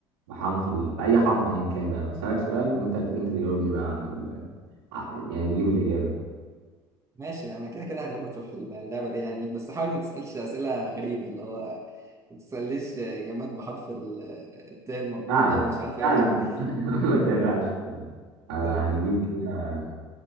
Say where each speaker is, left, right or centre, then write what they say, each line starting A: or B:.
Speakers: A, on the right; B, on the right.
A: بحرف ال... بأي حرف ايا كان بقى بسألك سؤال وانت وانت تجاوبني بقى على ال... ع- يعني تجيب الإجابة
B: ماشي انا كده كده هغلبك في اللعبة دي يعني بس حاول ما تسألش أسئلة غريبة اللي هو ما تسألليش جماد بحرف ال- التاء المربوط
A: اعلم
B: او مش عارف ايه
A: اعلم
B: والحاجات دي
A: <laughs> ما تقلقش ما تقلقش. آه،
B: تمام
A: هنجيب كده